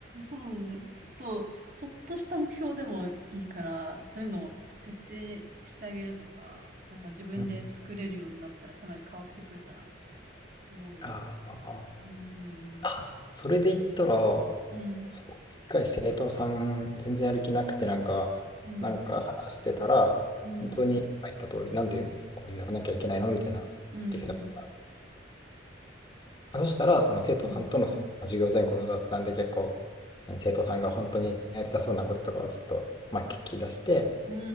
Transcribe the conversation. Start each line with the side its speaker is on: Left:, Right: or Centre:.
Right: そうなんだ。ちょっと、ちょっとした目標でもいいから、そういうのを設定してあげるとか、なんか自分で作れるようになったらかなり変わってくるかなって思うんだよ。
Left: うんああ、
Right: うん、
Left: あ、それで言ったら、
Right: うん、
Left: そう、一回生徒さん全然やる気なくてなんか、
Right: うん、うん、
Left: なんか話してたら、
Right: うん、
Left: 本当に今言った通り、
Right: うん。
Left: なんでこれやらなきゃいけないのみたいな言ってきたの。
Right: うん
Left: そしたら、その生徒さんとの、
Right: うん。
Left: そのまあ授業前後の雑談で結構、何生徒さんが本当にやりたそうなこととかをちょっと、まあ、聞き出して、
Right: う